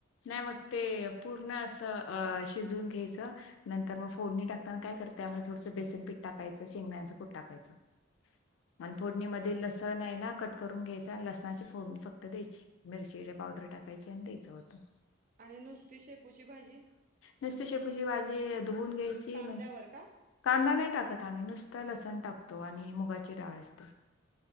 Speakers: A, on the left (about 65°); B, on the right (about 40°).
A: नाही मग ते पूर् पर्ण असं शिजून घ्यायचं नंतर मग फोडणी टाकताना काय करत त्यामुळे थोडसं बेसन प टाकायचं शेंगदाचं खूप टाकायचं मण फोडणी म लसण आहे ना कट करून घ्यायचं आणि लसणाची फोडणी फक्त द्यायची मिरचीचे पावडर टाकायचे आणि द्यायचं होतं
B: आणि नुसती शेपूची भाजी
A: नुसती शेपूची बाजी धुवन घ्यायची
B: कांद्यावर
A: म
B: का?
A: कांदा नाही टाकत आम्ही नुसतं लसण टाकतो आणि मुगाची डाळ असते